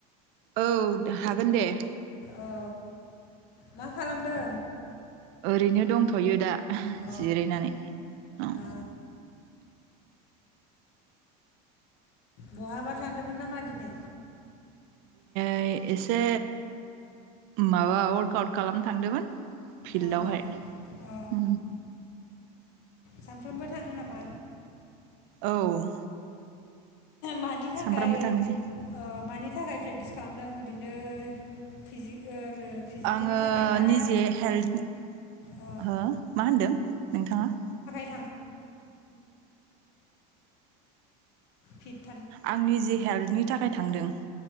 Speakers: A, on the right (about 60°); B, on the left (about 55°).
A: औ हागोन दे
B: औ मा खालामदों
A: ओरैनो दंथ'यो दा
B: अ
A: जिरायनानै औ
B: अ बहाबाथ थांदोंमोन नामाददिनो
A: इ एसे माबा वाकॅआउट खालामनो थांदोंमोन फिल्डआवहाय
B: अ अ
A: ह
B: सानफ्रोमबो थाङो नामा
A: औ
B: मानि थाखाय
A: सामफ्रामबो थांनोसै
B: ओ मानि नि थाखाय प्रेक्टिस खालामदों ओरैनो फिजि
A: आङो
B: फिजिकेलनि थाखाय ना अ <inaudible> फिद
A: आंनि जि हेल्थनि थाखाय थांदों